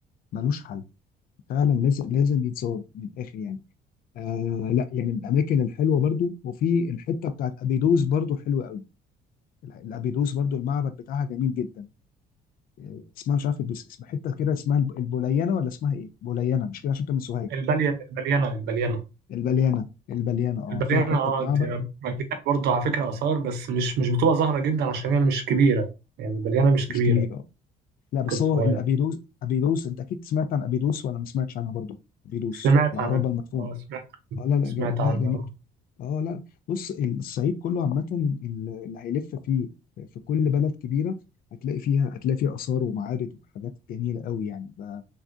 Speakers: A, on the left (about 60°); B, on the right (about 75°).
A: ملوش حل فعلا لازم لازم يتزور من الاخر يعني آه لا يعني من الاماكن الحلوه برضو وفي الحته بتاعت ابيدوس برضو حلوه قوي ال- الابيدوس برضو المعبد بتاعها جميل جدا آه اسمها مش عارف بس اسم حته كده اسمها الب- البوليانه ولا اسمها ايه بوليانه مش كده عشان انت من سوهاج
B: البالية البليانة البليانة
A: البليانه البليانه اه
B: البليانة
A: فيها حته
B: اه
A: معبد
B: دي مليانة برضه على فكرة آثار بس مش مش بتبقى ظاهرة جدا عشان هي مش كبيرة يعني البليانة مش
A: مش
B: كبيرة
A: كبير اه لا بس
B: كالصغير
A: هو الابيدوس ابيدوس انت اكيد سمعت عن ابيدوس ولا ما سمعتش عنها برضو ابيدوس
B: سمعت
A: العرابه
B: عن
A: المدفونه
B: اه سمعت
A: اه لا لا
B: سمعت
A: جم... لا
B: عنه
A: جميل
B: اه
A: اه لا بص الصعيد كله عامة ال- اللي هيلف فيه في كل بلد كبيرة هتلاقي فيها هتلاقي فيها آثار ومعابد وحاجات جميلة قوي يعني ب...